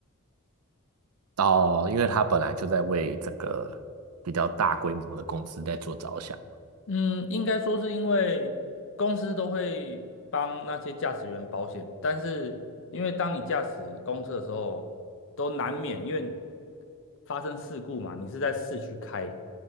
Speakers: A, on the right (about 85°); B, on the left (about 60°).
A: 哦，因为他本来就在为这个比较大规模的公司在做着想嘛。
B: 嗯，应该说是因为公司都会帮那些驾驶员保险，但是因为当你驾驶公车的时候，都难免因为发生事故嘛，你是在市区开，